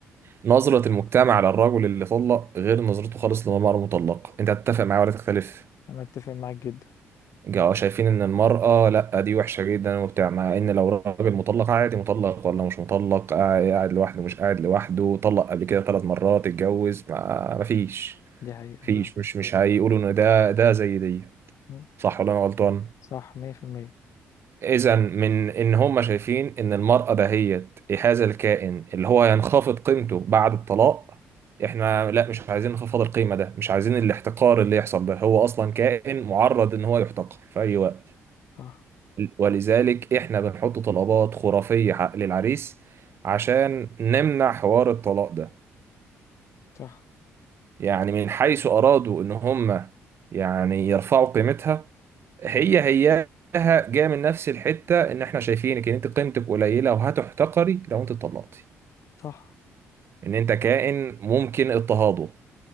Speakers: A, on the right; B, on the left.
A: نظرة المجتمع للرجل اللي طلق غير نظرته خالص للمرأة المطلقة انت هتتفق معايا ولا تختلف
B: انا اتفق معاك جدا
A: جاوا شايفين ان المرأة لا دي وحشة جدا وبتاع مع ان لو راجل مطلق عادي مطلق ولا مش مطلق قاعد قاعد لوحده مش قاعد لوحده طلق قبل كده ثلاث مرات اتجوز ما مفيش
B: دي حقيقة
A: مفيش
B: فعلا
A: مش مش هيقولوا ان ده ده زي دي
B: مم.
A: صح ولا انا غلطان
B: صح مية في المية
A: اذا من ان هم شايفين ان المرأة دهيت هذا الكائن اللي هو هينخفض قيمته بعد الطلاق احنا لا مش عايزين انخفاض القيمة ده مش عايزين الاحتقار اللي يحصل ده هو اصلا كائن معرض ان هو يحتقر في اي وقت
B: صح
A: ولذلك احنا بنحط طلبات خرافية ح- للعريس عشان نمنع حوار الطلاق ده
B: صح
A: يعني من حيث ارادوا ان هم يعني يرفعوا قيمتها هي هياها جاية من نفس الحتة ان احنا شايفينك ان انت قيمتك قليلة وهتحتقري لو انت اتطلقتي
B: صح
A: ان انت كائن ممكن اضطهاده